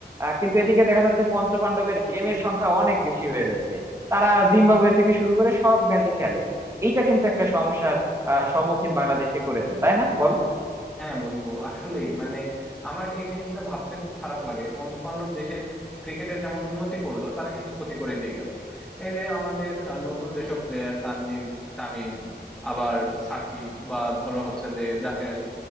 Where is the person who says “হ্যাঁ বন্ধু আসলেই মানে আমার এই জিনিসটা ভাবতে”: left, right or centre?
Centre